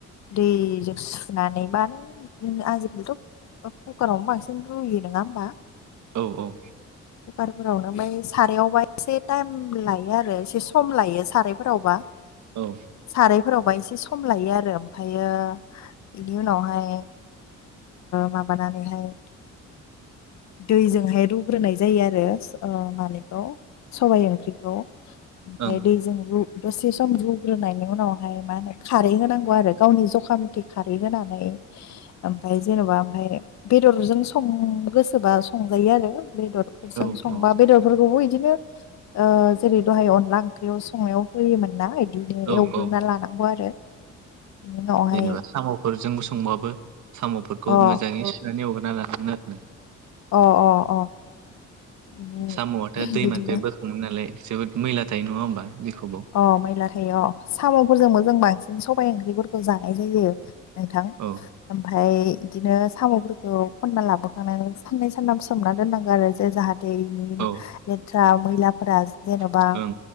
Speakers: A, on the left; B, on the right.
A: दैजों सुस्र नानैबा नों आजिखालिथ' कुकारावनो बांसिन रुयो नङा होमबा।
B: औ औ
A: कुकारफोरावनो ओमफ्राय सारायावबा एसे टाइम लायो आरो एसे सम लायो सारायफोरावबा
B: औ
A: सारायफोरावबा एसे सम लायो आरो ओमफ्रायो बेनि उनावहाय माबानानैहाय दैजोंहाय रुग्रोनाय जायो आरो। मानिेखौ सबायाइ ओंख्रिखौ ओमफफ्राय
B: ओं
A: दैजों रु दसे सम रुग्रोनायनि उनावहाय मा होनो खारै होनांगौ आरो गावनि जखा मथे खारै होनानै ओमफफ्राय जेन'बा ओमफफ्राय बेदरजों सं गो सोरबा संजायो आरो बेदरफोरजों
B: औ
A: संबा बेदरफोरखौबो बिदिनो जेरै दहाय अनला ओंख्रियाव संनायाव होयोमोन ना बिदिनो
B: औ
A: एवग्रोनना
B: औ
A: लानांगौ आरो। बिनि उनावहाय
B: जेनेबा साम'फोरजों संबाबो साम'फोरखौ
A: अ
B: मोजाङै एवगोरना लानांगौ आरो ना
A: अ अ अ बिनि
B: साम'आथ' दैमानिफ्राय
A: बिदिनो
B: बोखाङो नालाय जोबोद मैला थायो नङा होमबा जेखौबो
A: अ मैला थायो अ साम'फोरजोंबो जों बांसिन सबाइ ओंख्रिफोरखौ जानाय जायो नोंथां।
B: औ
A: ओमफफ्राय बिदिनो साम'फोरखौ खनना लाबोखांनानै साननै सानाम सोमना दोननांगौ आरो जे जाहाथे दैनि
B: औ
A: लेथ्रा मैलाफोरा ज-जेन'बा
B: ओं